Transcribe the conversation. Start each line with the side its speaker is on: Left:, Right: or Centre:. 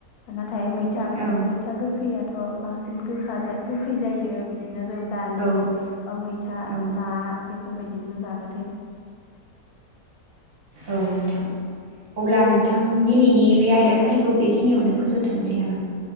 Left: नाथाय थाय मैथा
Right: औ
Left: मैथा गोखैया थ' बांसिन गोखा जायो गोखै जायो। बिदिनो जों दालि
Right: औ
Left: बा मैथा
Right: औ
Left: ना। बेफोरबायदिजों जागोन
Right: औ नोंथां अब्ला नोंथां दिनैनि बे आय दाफारिखौ बेखिनियावनो फोजोबथ'नोसै नामा?